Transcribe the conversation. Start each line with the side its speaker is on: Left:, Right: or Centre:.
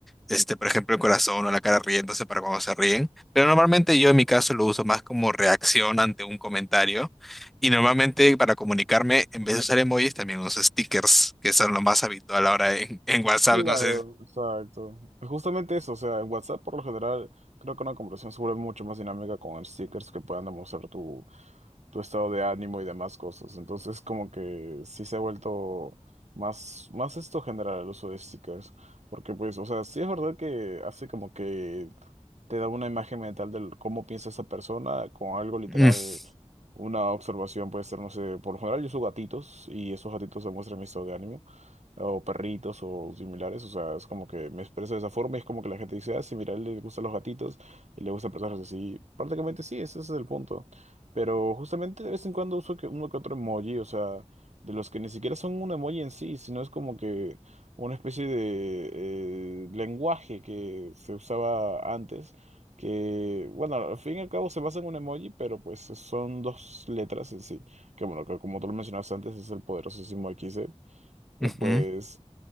Centre: este, por ejemplo, el corazón o la cara riéndose para cuando se ríen. Pero normalmente yo en mi caso lo uso más como reacción ante un comentario. Y
Right: Ujú.
Centre: normalmente para comunicarme, en vez de usar emojis, también uso stickers, que son lo más habitual ahora en, en WhatsApp.
Right: Claro,
Centre: No sé.
Right: exacto. Justamente eso, o sea, en WhatsApp por lo general creo que una conversación se vuelve mucho más dinámica con stickers que puedan demostrar tu, tu estado de ánimo y demás cosas. Entonces, como que sí se ha vuelto más, más esto general el uso de stickers. Porque, pues, o sea, sí es verdad que hace como que te da una imagen mental de cómo piensa esa persona con algo literal,
Centre: Mm,
Right: una observación puede ser, no sé, por lo general yo uso gatitos y esos gatitos se muestran mi estado de ánimo, o perritos o similares, o sea, es como que me expreso de esa forma y es como que la gente dice, ah, sí, mira, a él le gustan los gatitos y le gustan personas así, prácticamente sí, ese es el punto, pero justamente de vez en cuando uso que uno que otro emoji, o sea, de los que ni siquiera son un emoji en sí, sino es como que una especie de eh, lenguaje que se usaba antes que, bueno, al fin y al cabo se basa en un emoji, pero pues son dos letras en sí, que bueno, que como tú lo mencionabas antes, es el poderosísimo XD, que
Centre: ujú.
Right: pues